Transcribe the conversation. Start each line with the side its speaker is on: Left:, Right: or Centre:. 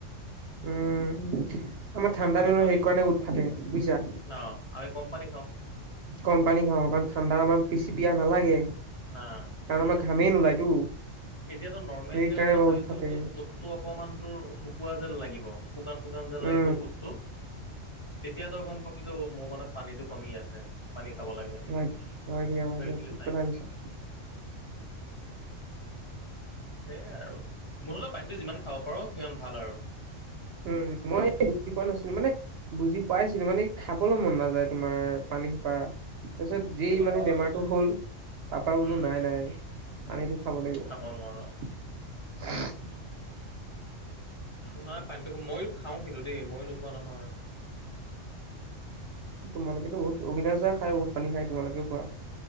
Right: উম, আমাৰ ঠাণ্ডা
Left: গম
Right: দিনত
Left: পালি
Right: সেই কাৰণে উটফাটে বুজিছা।
Left: অ আমি কম পানী খাওঁ।
Right: কম পানী খাওঁ কাৰণ ঠাণ্ডা আমমান পিচি পিয়া নালাগে।
Left: ন <unintelligible>
Right: কাৰণ আমাৰ ঘামেই নোলায়তো।
Left: এতিয়াতো নৰ্মেল
Right: সেইকাৰণে
Left: দিনতো
Right: আমাৰ
Left: চাবিচোন
Right: উৎ ফাটে
Left: যে উ'তটো অকণমানতোৰ শুকোৱা জেল লাগিব। শুকান শুকান যেন
Right: উম
Left: লাগিব উটটো। তেতিয়া তই গম পাবি যে অ, মোৰ মনত পানীতটো কমি আছে পানী খাব লাগে।
Right: হয় হয় দিয়া
Left: সেইটোৱে
Right: দিয়া ঠিক
Left: চাইন
Right: কথা। <inaudible>
Left: সেয়াই আৰু মুঠতে পানীটো যিমান খাব পাৰো সিমান ভাল আৰু।
Right: উম, মই বুজি পোৱা নাছিলো মানে। বুজি পাইছিলো মানে খাবলৈ মন নাযায় তোমাৰ পানীসোপা। তাৰপিছত যি
Left: সেইটো
Right: মানে
Left: হয়।
Right: বেমাৰতটো হ'ল তাৰ পৰা বোলো
Left: উম,
Right: নাই নাই পানীটো খাব লাগিব।
Left: খাব নোৱাৰোঁ।
Right: <unintelligible>
Left: নাই পানীটো মই খাওঁ কিন্তু দেই, ময়ো নোখোৱা নহয়।
Right: তোমালোকেতো বহুত অবিনাশ দা খাই বহুত পানী খায়, তোমালোকেও খোৱা।